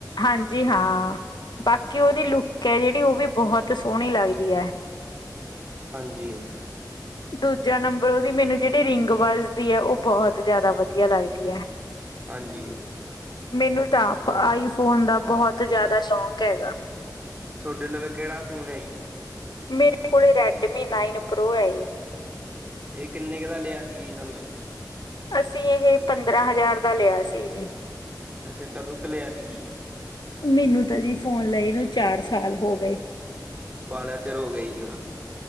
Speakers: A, on the left; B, on the right.
A: ਹਾਂਜੀ ਹਾਂ। ਬਾਕੀ ਉਹਦੀ ਲੁੱਕ ਹੈ। ਜਿਹੜੀ ਉਹ ਵੀ ਬਹੁਤ ਸੋਹਣੀ ਲੱਗਦੀ ਹੈ।
B: ਹਾਂਜੀ।
A: ਦੂਜਾ ਨੰਬਰ ਉਹਦੀ ਮੈਨੂੰ ਜਿਹੜੀ ਰਿੰਗ ਵੱਜ਼ਦੀ ਹੈ ਉਹ ਬਹੁਤ ਜਿਆਦਾ ਵਧੀਆ ਲੱਗਦੀ ਹੈ।
B: ਹਾਂਜੀ
A: ਮੈਨੂੰ ਤਾਂ ਆਪ ਆਈ ਫੋਨ ਦਾ ਬਹੁਤ ਜ਼ਿਆਦਾ ਸ਼ੌਂਕ ਹੈਗਾ।
B: ਤੁਹਾਡੇ ਲਵੇ ਕਿਹੜਾ ਫੋਨ ਹੈ ਜੀ।
A: ਮੇਰੇ ਕੋਲ ਰੈਡਮੀ ਨਾਈਨ ਪ੍ਰੋ ਹੈ।
B: ਇਹ ਕਿੰਨੇ ਕ ਦਾ ਲਿਆ ਤੀ ਜੀ ਸੋਨੇ।
A: ਅਸੀਂ ਇਹ ਪੰ ਦਰਾਂ ਹਜ਼ਾਰ ਦਾ ਲਿਆ ਸੀ ਜੀ।
B: ਅੱਛਾ ਕਦੋਂ ਕ ਲਿਆ ਤੀ ਜੀ
A: ਮੈਨੂੰ ਤਾਂ ਜੀ ਫੋਨ ਲਈ ਨੂੰ ਚਾਰ ਸਾਲ ਹੋ ਗਏ।
B: ਵਾਲਾ ਚਿਰ ਹੋ ਗਿਆ ਜੀ ਫਿਰ